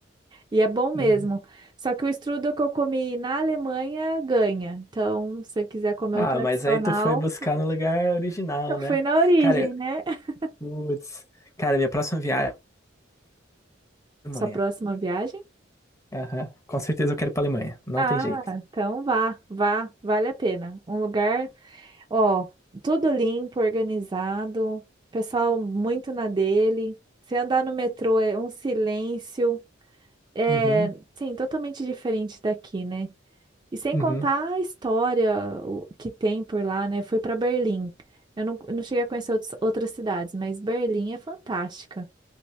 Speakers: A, on the right; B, on the left.
A: E é bom mesmo.
B: Hum.
A: Só que o strudel que eu comi na Alemanha ganha. Então, se você quiser comer
B: Ah,
A: o tradicional,
B: mas aí tu foi buscar no lugar original,
A: <laughs> eu fui
B: né?
A: na origem,
B: Cara,
A: né? <laughs>
B: putz. Cara, minha próxima viagem é a Alemanha.
A: Sua próxima viagem?
B: Aham. Com certeza eu quero ir pra Alemanha. Não
A: Ah,
B: tem jeito.
A: então vá, vá, vale a pena. Um lugar, ó, tudo limpo, organizado, pessoal muito na dele. Se andar no metrô é um silêncio, é,
B: Uhum,
A: sim, totalmente diferente daqui, né? E sem
B: uhum.
A: contar a história o- que tem por lá, né? Fui para Berlim. Eu não, eu não cheguei a conhecer outros- outras cidades, mas Berlim é fantástica.